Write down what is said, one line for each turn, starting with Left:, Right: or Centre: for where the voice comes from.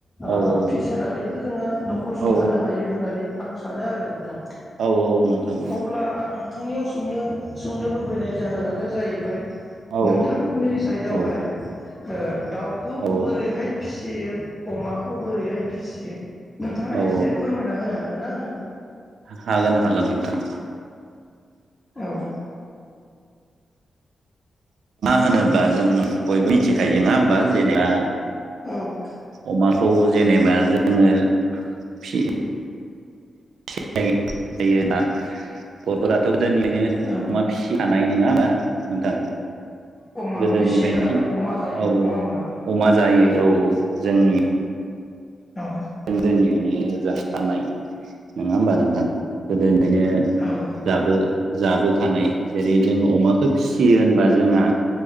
Left: ओ
Right: औ औ
Left: फिसिनानैबो जोङो न'खर सुंथानो
Right: औ
Left: हायो होननानै आं सानो सानो आरो नोंथां
Right: औ औ नोंथां औ
Left: अब्ला आं नोंथांनियाव सोंनो सोंनो लुबैनाय जाहोनानो जाहैबाय
Right: औ
Left: नोंथांनि साइडावहाय
Right: औ
Left: ओ दाउखौ
Right: औ
Left: बोरैहाय फिसि फियो अमाखौ बोरैहाय फिसियो नोंथाङा
Right: औ
Left: एसे फोरमायना होनो हागोन नाआंनो
Right: हागोन हागोन नोंथां
Left: औ
Right: होनोब्ला जों बयबो मिथिखायो ना होमबा जेनेबा
Left: औ
Right: अमाखौ जेनेबा जोङो फि यो ना बर'फोराथ' गोदोनिफ्रायायनो
Left: औ
Right: अमा फिसिखानाय नङा होमबा नोंथां
Left: अमा
Right: गोदोनिफ्रायनो
Left: फिसियो
Right: फि
Left: आरो अमा जायो
Right: औ
Left: नङा होमबा
Right: अमा जायो औ जोंनि
Left: औ
Right: गोदोनिफ्रायनो जाखानाय नङा होमबा नोंथां गोदोनि ओंखायनो
Left: औ
Right: जाबो जाबोखानाय जेरै जों अमाथ' फिसियो होनबा जोंहा